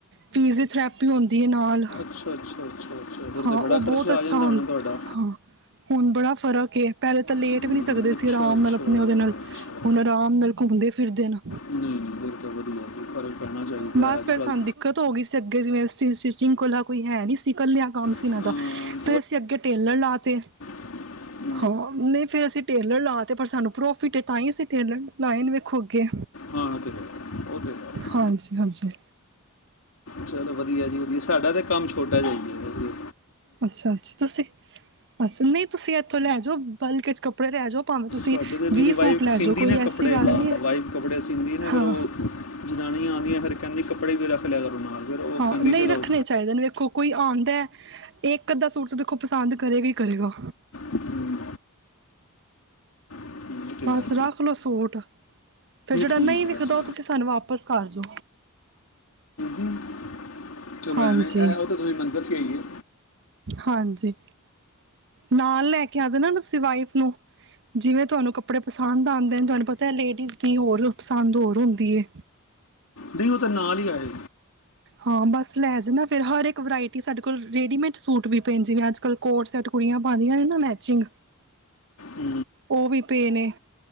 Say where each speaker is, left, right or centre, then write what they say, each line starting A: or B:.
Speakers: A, on the right; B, on the left.
A: ਫਿਜੀਓਥੈਰੇੈਪੀ ਹੁੰਦੀ ਏ ਨਾਲ
B: ਅੱਛਾ- ਅੱਛਾ- ਅੱਛਾ ਅੱਛਾ ਫਿਰ ਤਾਂ
A: ਹਾਂ
B: ਬੜਾ
A: ਉਹ
B: ਖਰਚਾ
A: ਬਹੁਤ ਅੱਛਾ
B: ਆ ਜਾਂਦਾ
A: ਹੁਣ
B: ਹੋਣਾ ਤੁਹਾਡਾ
A: ਹਾਂ। ਹੁਣ ਬੜਾ ਫ਼ਰਕ ਏ ਪਹਿਲੇ ਤਾਂ ਲੇਟ
B: ਹਮ,
A: ਵੀ ਨੀ ਸਕਦੇ
B: ਅੱਛਾ
A: ਸੀ। ਆਰਾਮ
B: ਅੱਛਾ
A: ਨਾਲ ਆਪਣੇ
B: ਅੱਛਾ
A: ਉਹਦੇ ਨਾਲ ਹੁਣ ਆਰਾਮ ਨਾਲ ਘੁੰਮਦੇ-ਫਿਰਦੇ ਨਾ।
B: ਨਹੀਂ-ਨਹੀਂ ਇਹ ਤਾਂ ਵਧੀਆ, ਘਰੇ ਪੈਣਾ ਚਾਹੀਦਾ
A: ਬਸ
B: ਹੈ ਅੱਜ-ਕੱਲ੍ਹ
A: ਫਿਰ ਸਾਨੂੰ ਦਿੱਕਤ ਹੋ ਗਈ ਸੀ, ਅੱਗੇ ਜਿਵੇਂ ਸਟੀਚਿੰਗ ਕੋਲਾ ਕੋਈ ਹੈ ਨੀ ਸੀ ਕੱਲਿਆ ਕੰਮ
B: ਅਮ,
A: ਇੰਨ੍ਹਾਂ ਦਾ, ਫਿਰ ਅਸੀਂ ਅੱਗੇ ਟੇਲਰ ਲਾ ਤੇ
B: ' <inaudible>
A: ਹਾਂ, ਨਹੀਂ ਫਿਰ ਅਸੀਂ ਟੇਲਰ ਲਾ ਤੇ ਪਰ ਸਾਨੂੰ ਪ੍ਰੋਫਿਟ ਐ ਤਾਂ ਈ ਅਸੀਂ ਟੇਲਰ ਲਾਏ ਵੇਖੋ ਅੱਗੇ।
B: ਹਾਂ, ਇਹ ਤੇ ਹੈ, ਉਹ ਤਾਂ ਹੈ।
A: ਹਾਂਜੀ-ਹਾਂਜੀ।
B: ਚਲੋ ਵਧੀਆ ਜੀ, ਵਧੀਆ ਸਾਡਾ ਤਾਂ ਕੰਮ ਛੋਟਾ ਜਿਹਾ ਈ ਏ।
A: ਅੱਛਾ-ਅੱਛਾ ਤੁਸੀਂ, ਅੱਛਾ ਨਹੀਂ ਤੁਸੀਂ ਇੱਥੋਂ ਲੈ ਜਾਓ। ਬਲਕ 'ਚ' ਕੱਪੜੇ ਲੈ ਜਓ, ਭਾਵੇਂ ਤੁਸੀਂ
B: ਸਾਡੇ ਤੇ ਮੇਰੀ
A: ਵੀਹ
B: ਵਾਈਫ
A: ਸੂਟ ਲੈ
B: ਸਿੰਦੀ
A: ਜਓ ਕੋਈ
B: ਨਾ ਕੱਪੜੇ
A: ਐਸੀ ਗੱਲ
B: ਹਾਂ
A: ਨੀ ਐ
B: ਵਾਈਫ ਕੱਪੜੇ ਸਿੰਦੀ ਨਾ ਫਿਰ
A: ਹਾਂ।
B: ਉਹ ਜਨਾਨੀਆਂ ਆਂਦੀਆਂ ਫਿਰ ਕਹਿੰਦੀ ਕੱਪੜੇ ਵੀ ਰੱਖ ਲਿਆ ਕਰੋ ਨਾਲ ਫਿਰ
A: ਹਾਂ
B: ਕਹਿੰਦੀ
A: ਨਹੀਂ
B: ਚਲੋ।
A: ਰੱਖਣੇ ਚਾਹੀਦੇ ਨੇ ਵੇਖੋ ਕੋਈ ਆਂਦਾ। ਇੱਕ, ਅੱਧਾ ਸੂਟ ਤਾਂ ਦੇਖੋ ਪਸੰਦ ਕਰੇਗਾ ਈ ਕਰੇਗਾ।
B: ਹਮ, ਹਮ, ਉਹ ਤੇ
A: ਬੱਸ,
B: ਹੈ
A: ਰੱਖ ਲੋਓ ਸੂਟ, ਫਿਰ ਜਿਹੜਾ
B: ਠੀਕ
A: ਨਹੀਂ
B: ਹੈ
A: ਵਿਕਦਾ
B: ਵੈਸੇ
A: ਉਹ ਤਾਂ ਤੁਸੀਂ ਸਾਨੂੰ ਵਾਪਸ ਕਰ ਜੋ।
B: ਹੂੰ-ਚਲੋ
A: ਹਾਂਜੀ
B: ਐਵੇਂ, ਏਹ ਤੁਸੀ ਮੈਨੂੰ ਦੱਸਿਆ ਈ ਐ।
A: ਹਾਂਜੀ। ਨਾਲ ਲੈ ਕੇ ਆ ਜਾਣਾ, ਤੁਸੀ ਵਾਈਫ ਨੂੰ, ਜਿਵੇਂ ਤੁਹਾਨੂੰ ਕ ਕੱਪੜੇ ਪਸੰਦ ਆਂਦੇ ਨੇ ਤੁਹਾਨੂੰ ਪਤਾ ਲੇਡੀਜ਼ ਦੀ ਹੋਰ ਪਸੰਦ ਹੋਰ ਹੁੰਦੀ ਏ।
B: ਨਹੀਂ ਉਹ ਤੇ ਨਾਲ ਈ ਆਏ।
A: ਹਾਂ, ਬੱਸ ਲੈ ਜਾਣਾ ਫਿਰ ਹਰ ਇੱਕ ਵਰਾਇਟੀ ਸਾਡੇ ਕੋਲ ਰੇਡੀਮੇਡਸ ਸੂਟ ਵੀ ਭੈਣਜੀ ਅੱਜ-ਕੱਲ ਕੋਟ ਸੈਟ ਕੁੜੀਆਂ ਪਾਉਂਦੀਆਂ ਨੇ ਨਾ ਮੈਚਿੰਗ।
B: ਓ
A: ਉਹ ਵੀ ਪਏ ਨੇ,